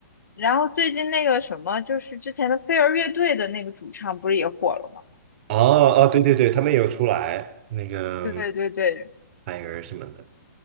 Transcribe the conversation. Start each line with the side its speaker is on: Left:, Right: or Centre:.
Left: 然后最近那个什么，就是之前的飞儿乐队的那个主唱不是也火了吗？
Right: 哦哦，对对对，他们也有出来那个
Left: 对对对
Right: f i 什么的。